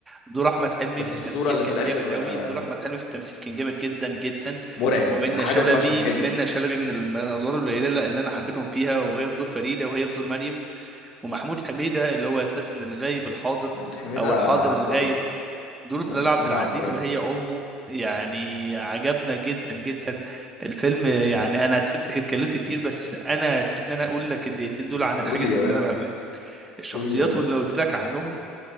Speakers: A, on the right; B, on the left.
A: دور احمد حلمي
B: بس
A: في التمثيل
B: الصوره اللي
A: كان
B: في الاخر
A: جامد قوي
B: آه،
A: دور احمد حلمي في التمثيل كان جامد جدا جدا
B: مرعب
A: ومنى
B: حاجه
A: شلبي
B: ما طلعش من حلمي
A: منى شلبي من الم- الادوار القليله اللي اللي انا حبيتهم فيها وهي في دور فريده وهي في دور مريم ومحمود حميده اللي هو اساسا الغايب الحاضر
B: محمود حميده
A: او الحاضر
B: عبقري
A: الغايب بدورة
B: محمود
A: دلال
B: حميده
A: عبد العزيز
B: عبقري
A: وهي
B: بقى.
A: أمه يعني عجبنا جدا جدا الفيلم يعني أنا سبتك اتكلمت كتير بس أنا سيبني أنا أقول لك الدقيقتين دول عن الحاجات
B: قول يا
A: اللي
B: باشا
A: أنا بحبها جدا الشخصيات
B: قول يا باشا
A: واللي قلت لك عنهم